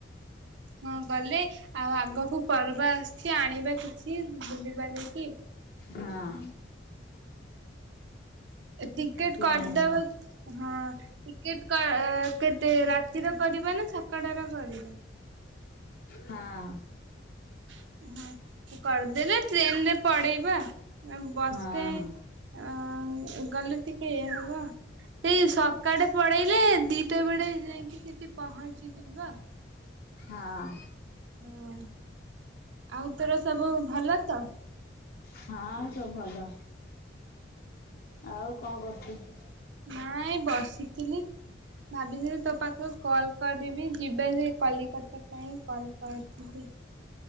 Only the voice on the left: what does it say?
ହଁ।
କିଛି
ଆଣିବା
ହଁ।
ହଁ ହଁ
ହଁ,
ହଁ ସବୁ ଭଲ। ଆଉ କଣ କରୁଚୁ?